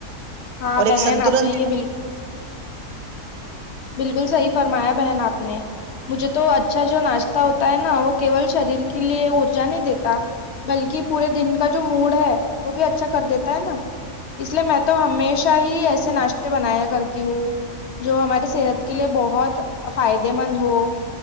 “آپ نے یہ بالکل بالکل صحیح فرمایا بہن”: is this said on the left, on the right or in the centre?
Left